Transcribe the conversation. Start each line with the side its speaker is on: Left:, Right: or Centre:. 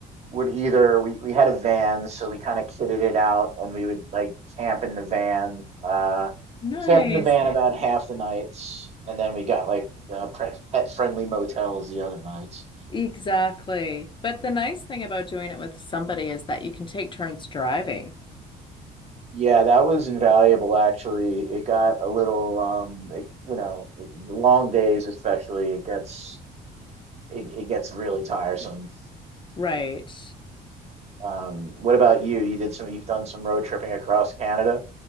Right: would either we we had a van, so we kind of kitted it out and we would like camp in the van. Uh
Left: Nice.
Right: we camped in the van about half the nights and then we got like uh, pet pet friendly motels the other nights.
Left: Exactly. But the nice thing about doing it with somebody is that you can take turns driving.
Right: Yeah, that was invaluable actually. It got a little um it, you know, long days especially, it gets it, it gets really tiresome.
Left: Right.
Right: Um what about you? You did some you've done some road tripping across Canada?